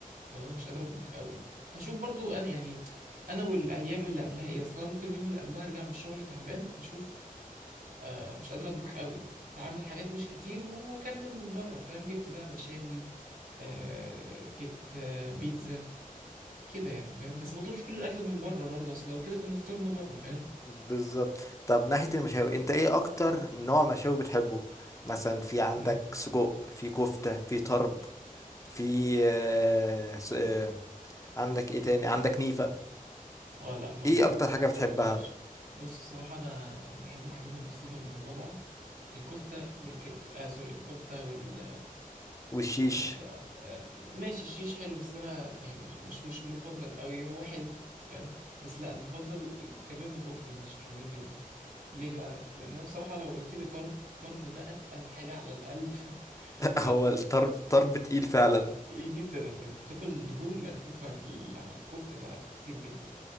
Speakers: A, on the right (about 85°); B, on the left (about 20°).
A: لو انا مش قادر اطبخ قوي هشوف برضو انا يعني انا والايام اللي قبلها ايه اصلا ممكن اليوم اللي قبلها ارجع من الشغل تعبان فاشوف آه مش قادر اطبخ قوي فاعمل حاجات مش كتير واكمل من بره فاهم جبت بقى مشاوي آه جبت آه بيتزا كده يعني فاهم بس ما اطلبش كل الاكل من بره برضه اصل لو كده كنا فطرنا بره فاهم
B: بالظبط طب ناحية المشاوي انت ايه اكتر نوع مشاوي بتحبه مثلا في عندك
A: امم
B: سجق في كفتة في طرب في آه، س- آه، عندك ايه تاني عندك نيفة
A: اه لا ما
B: ايه
A: جربت
B: اكتر حاجة
A: ما جربتهاش
B: بتحبها
A: بص الصراحه انا انا بحب الحاجات البسيطه المتواضعه الكفته والكبده اه سوري الكفته وال
B: والشيش
A: اسمها ايه آه، آه، ماشي الشيش حلو بس انا يعني مش مش مش المفضل قوي هو حلو فاهم بس لا المفضل كباب وكفته ماشي حلوين جدا ليه بقى لان انا بصراحه لو قلت لي طرب طرب ده اتقل حاجه على القلب <laughs>
B: <laughs>
A: فلا
B: هو الطرب طرب تقيل فعلا
A: تقيل جدا ما انت بتاكل دهون ملفوفه في ال- على الكفته فلا كتير جدا